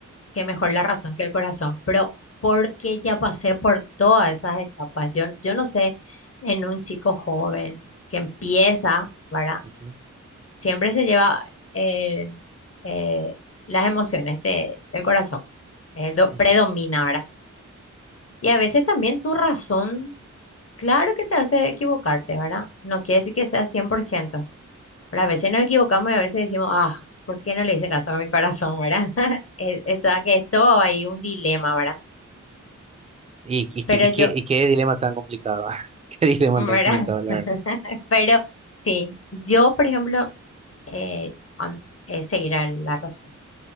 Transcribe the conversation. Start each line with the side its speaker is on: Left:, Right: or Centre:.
Left: que mejor la razón que el corazón, pero porque ya pasé por todas esas etapas. Yo, yo no sé, en un chico joven que empieza, ¿verdad?
Right: Ujú,
Left: Siempre se lleva el, eh, las emociones de- del corazón, eh, do-
Right: ujú,
Left: predomina, ¿verdad? Y a veces también tu razón, claro que te hace equivocarte, ¿verdad? No quiere decir que sea cien por ciento Pero a veces nos equivocamos y a veces decimos, ah, ¿por qué no le hice caso a mi corazón, verdad? <laughs> Es, es toda que es todo ahí un dilema, ¿verdad?
Right: Y, y, qué-
Left: Pero
Right: y,
Left: yo,
Right: qué, y qué dilema tan complicado, <laughs> qué dilema
Left: ¿verdad?
Right: tan complicado, la
Left: <laughs>
Right: verdad.
Left: Pero sí, yo, por ejemplo, eh, am- eh, seguirá la razón.